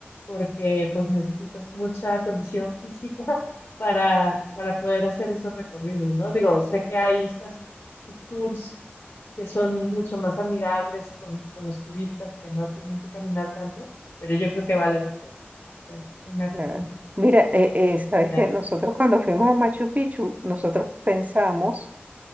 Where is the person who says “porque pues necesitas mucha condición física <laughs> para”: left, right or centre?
Left